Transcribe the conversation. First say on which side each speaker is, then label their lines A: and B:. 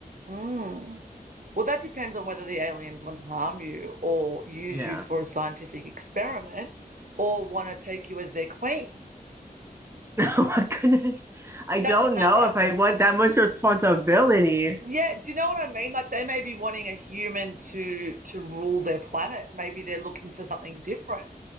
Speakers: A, on the right; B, on the right.
A: Mm. Well, that depends on whether the aliens want to harm you or use
B: Yeah.
A: you for
B: <laughs>
A: a scientific experiment or want to take you as their queen.
B: Oh my goodness. I don't
A: That's another.
B: know if I want that much responsibility.
A: Yeah, do you know what I mean? Like they may be wanting a human to to rule their planet. Maybe they're looking for something different.